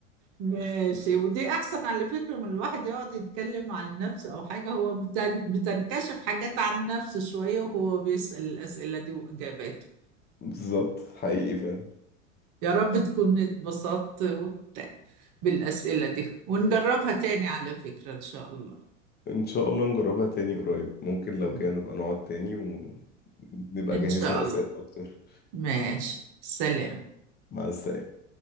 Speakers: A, on the right; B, on the left.
A: ماشي
B: بالظبط
A: ودي احسن على فكرة من الواحد يقعد يتكلم عن نفسه او حاجة هو بتن- بتنكشف حاجات عن نفسه شوية وهو بيسأل الأسئلة دي واجاباته
B: بالظبط حقيقي فعلا
A: يا رب تكون اتبسطت وت- بالأسئلة دي ونجربها تاني على فكرة ان شاء الله
B: ان شاء الله نجربها تاني قريب ممكن لو
A: مم.
B: كان نبقى نقعد تاني ونبقى
A: ان
B: جهزنا
A: شاء الله
B: اسئلة اكتر
A: ماشي سلام
B: مع السلامة